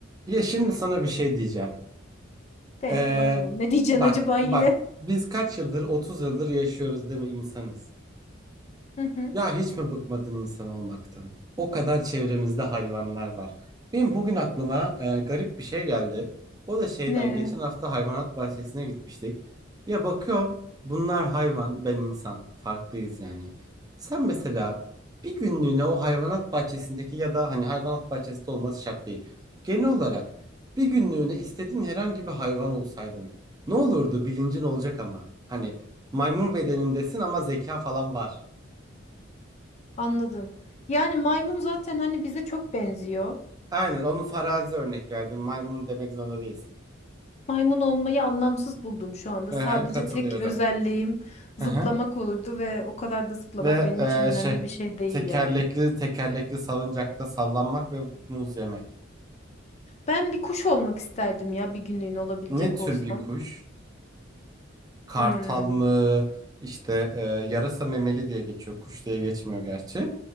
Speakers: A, on the right; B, on the left.
A: Ya şimdi sana bir şey diyeceğim.
B: De
A: Ee,
B: bakalım. Ne diyeceksin
A: bak
B: acaba yine?
A: bak biz kaç yıldır 30 yıldır yaşıyoruz değil mi insanız?
B: <laughs> Hı hı.
A: Ya hiç mi bıkmadın insan olmaktan? O kadar çevremizde hayvanlar var. Benim bugün aklıma e, garip bir şey geldi. O da şeyden
B: Ne?
A: geçen hafta hayvanat bahçesine gitmiştik. Ya bakıyorum bunlar hayvan, ben insan. Farklıyız yani. Sen mesela bir günlüğüne o hayvanat bahçesindeki ya da hani hayvanat bahçesinde olması şart değil. Genel olarak bir günlüğüne istediğin herhangi bir hayvan olsaydın ne olurdu bilincin olacak ama. Hani maymun bedenindesin ama zeka falan var.
B: Anladım. Yani maymun zaten hani bize çok benziyor.
A: Aynen onu farazi örnek verdim. Maymun demek zorunda değilsin.
B: Maymun olmayı anlamsız buldum şu anda.
A: Aha,
B: Sadece
A: katılıyorum.
B: tek özelliğim zıplamak
A: Aha.
B: olurdu ve o kadar da zıplamak
A: Ve
B: benim
A: e,
B: için önemli
A: şey
B: bir şey değil
A: tekerlekli
B: yani.
A: tekerlekli salıncakta sallanmak ve muz yemek.
B: Ben bir kuş olmak isterdim ya bir günlüğüne olabilecek
A: Ne tür
B: olsam.
A: bir kuş? Kartal
B: Hmm.
A: mı? İşte e, yarasa memeli diye geçiyor. Kuş diye geçmiyor gerçi.